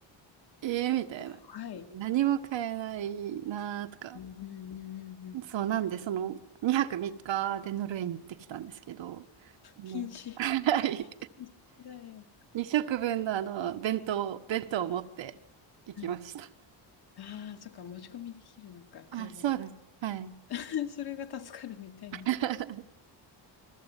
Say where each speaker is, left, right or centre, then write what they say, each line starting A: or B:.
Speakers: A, on the right; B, on the left.
A: えー、みたいな。
B: 怖い。
A: 何も買えないなーとか。
B: うんうんうんうんうん。
A: そうなんで、その2泊3日でノルウェーに行ってきたんですけど、もう
B: 禁止
A: <laughs> はい。
B: 禁止だよ。
A: 2食分のあの、弁当、弁当を持って行きました。
B: はい。ああ、そっか、持ち込みできるのか、車だと。
A: あ、そうです。はい。
B: <laughs> それが助かるみたいな。
A: <laughs>